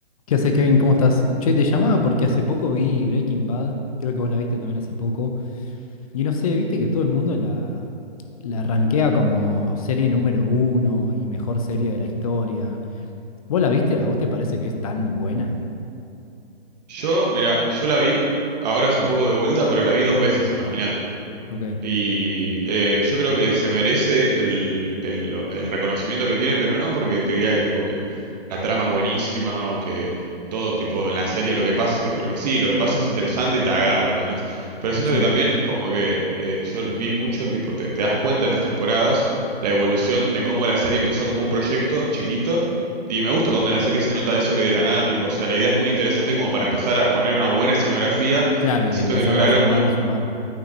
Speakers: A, on the left (about 35°); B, on the right (about 40°).
A: ¿Qué haces, Kevin? ¿Cómo estás? Che, te llamaba porque hace poco vi Breaking Bad, creo que vos la viste también hace poco, y no sé, viste que todo el mundo la, la rankea como serie número uno y mejor serie de la historia. ¿Vos la viste? ¿A vos te parece que es tan buena?
B: Yo, mira, yo la vi, ahora hace poco de vuelta, pero la vi dos veces, imagínate.
A: Ok,
B: Y eh, yo creo que se merece el, el, lo- el reconocimiento que tiene, pero no porque te diga que, tipo, que la trama es buenísima o que todo tipo en la serie lo que pase, porque sí, lo que pasa es interesante y te agarra, ¿entendés? Pero siento
A: sí.
B: que también como que eh, yo vi mucho, tipo, te, te das cuenta en las temporadas la evolución de cómo la serie empezó como un proyecto chiquito. Y me gusta cuando en la serie se nota eso que de la nada, tipo, o sea, la idea es muy interesante como para empezar a poner una buena escenografía
A: Claro, y
B: y
A: le
B: siento
A: empezaron
B: que lograron...
A: a sumar
B: bu-
A: y sumar.